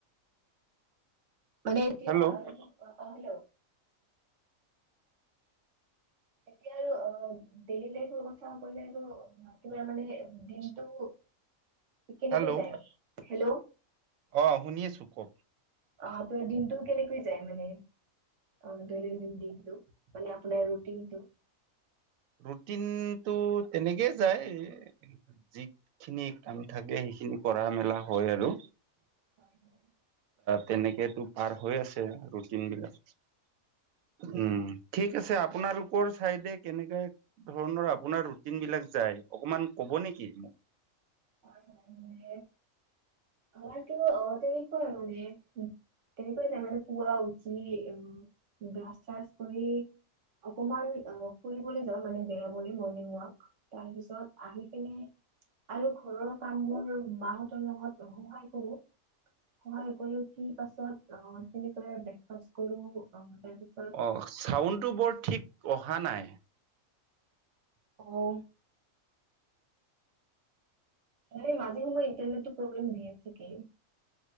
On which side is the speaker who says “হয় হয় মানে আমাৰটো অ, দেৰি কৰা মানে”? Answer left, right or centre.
Right